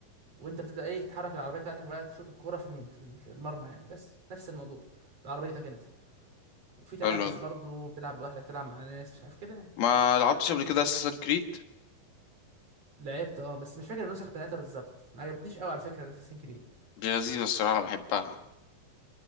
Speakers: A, on the right (about 40°); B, on the left (about 85°).
A: وانت بتبدا ايه تتحرك العربيه بتاعتك بقى تشوط الكوره في الم- في ال- في المرمى يعني بس نفس الموضوع بعربيتك انت وفي تنافس
B: حلو ده
A: برضو بتلعب لوحدك تلعب مع ناس مش عارف كده يعني.
B: ما لعبتش قبل كده اساسن كريد
A: لعبت اه بس مش فاكر النسخ بتاعتها بالظبط ما عجبتنيش قوي على فكره اساسين كريد
B: دي لذيذة الصراحة انا بحبها